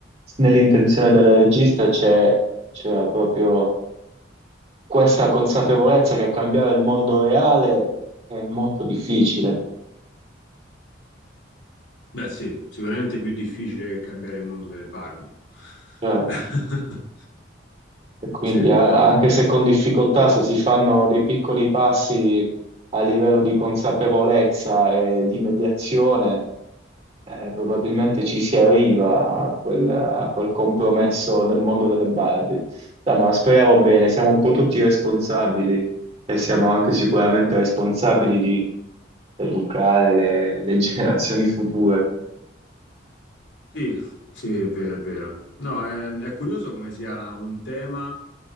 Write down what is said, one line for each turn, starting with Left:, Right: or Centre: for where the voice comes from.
Right: nell'intenzione della regista c'è c'era proprio questa consapevolezza che cambiare il mondo reale è molto difficile,
Left: Beh, sì, sicuramente più difficile che cambiare il mondo delle Barbie.
Right: certo.
Left: <laughs>
Right: E quindi
Left: Sì,
Right: a- anche se con difficoltà, se si fanno dei piccoli passi a livello di consapevolezza e di mediazione, eh, probabilmente ci si arriva a quel, a quel compromesso del mondo delle Barbie. Dai, ma speriamo bene, siamo un po' tutti responsabili e siamo anche sicuramente responsabili di educare le, le <laughs> generazioni future.
Left: sì, sì, è vero, è vero. No, è, è curioso come sia un tema